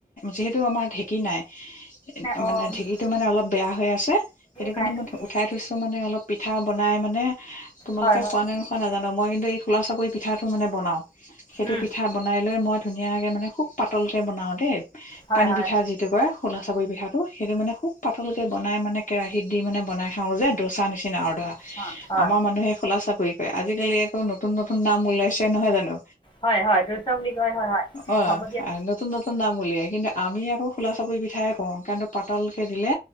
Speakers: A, on the left; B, on the left.
A: যিহেতু আমাৰ ঢেকী নাই
B: অঁ
A: মানে ঢেঁকীটো মানে অলপ বেয়া হৈ আছে সেইটো
B: কাৰেণ্টটো
A: কাৰণে মই উঠাই থৈছো মানে অলপ পিঠা বনাই মানে তোমালোক
B: হয়
A: খোৱা
B: হয়
A: নে‌ নোখোৱা নাজানো মই কিন্তু ফুলা চাপৰি পিঠাটো মানে বনাও সেইটো
B: উম
A: পিঠা বনাই লৈ মই ধুনীয়াকৈ মানে খুব পাতলকে বনাওঁ দেই
B: হয়
A: পানী
B: হয়
A: পিঠা যিটো কয় খোলা চাপৰি পিঠাটো সেইটো মানে খুব পাতলকে বন বনাই মানে কেৰাহীত দি মানে বনাই খাওঁ যে দচা নিচিনা আৰু ধৰা
B: হয়
A: আমাৰ মানুহে কলা চাপৰি কয় আজিকালি আকৌ নতুন নতুন নাম ওলাইছে নহয় জানো
B: হয় হয় দোৰচা বুলি কয় হয় হয়
A: অ
B: হ'ব দিয়া
A: নতুন নতুন নাম উলিয়াই কিন্তু আমি আকৌ খোলা চাপৰি পিঠাই কওঁ কাৰন পাতলকে দিলে